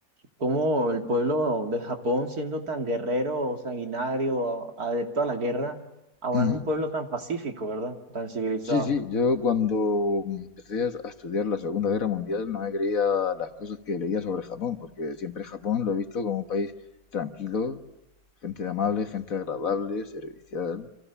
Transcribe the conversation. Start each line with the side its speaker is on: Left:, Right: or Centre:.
Right: Cómo el pueblo de Japón, siendo tan guerrero, sanguinario, a- adepto a la guerra, ahora
Left: Ujú.
Right: es un pueblo tan pacífico, ¿verdad? Tan civilizado.
Left: Sí, sí, yo cuando empecé a estudiar la Segunda Guerra Mundial no me creía las cosas que leía sobre Japón, porque siempre Japón lo he visto como un país tranquilo, gente amable, gente agradable, servicial,